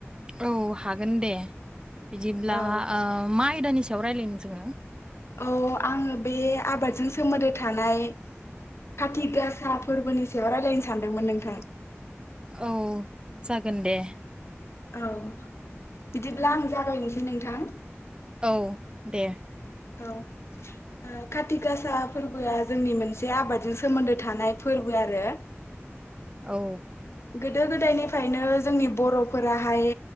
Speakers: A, on the right; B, on the left.
A: औ हागोन दे बिदिब्ला
B: औ
A: अ मा आयदानि सायाव रायलायनो जोङो
B: औ आङो बे आबादजों सोमोन्दो थानाय खाथि गासा फोरबोनि सायाव रायजलायनो सानदोंमोन नोंथां
A: औ जागोन दे
B: औ बिदिब्ला आं जागायनोसै नोंथां
A: औ दे
B: औ ओ काति गासा फोरबोआ जोंनि मोनसे आबादजों सोमोन्दो थानाय फोरबो आरो
A: औ
B: गोदो गोदायनिफ्रायनो जोंनि बर'फोराहाय